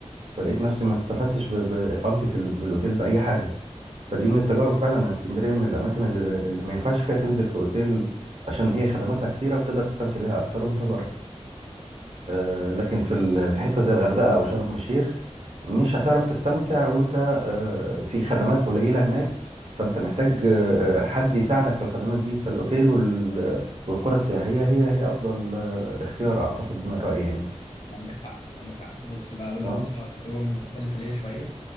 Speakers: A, on the right; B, on the left.
A: فلقيت نفسي ما استفدتش ب- بإقامتي في ال- بالأوتيل بأي حاجة فدي من التجارب فعلا إن اسكندرية من الأماكن اللي, اللي ما ينفعش فيها تنزل في أوتيل عشان هي خدماتها كتيرة وتقدر تستمتع بيها أكتر وأنت بره آه، لكن في ال- في حته زي الغردقه او شرم الشيخ مش هتعرف تستمتع وانت آه، في خدمات قليله هناك فانت محتاج آه، حد يساعدك في الخدمات دي فالاوتيل وال- والقرى السياحيه هي هي افضل آه، اختيار اعتقد من رايي يعني
B: ما عندك حق عندك حق بص بقى اقول
A: اه
B: لك برضه على تجربه مختلفه ليا شويه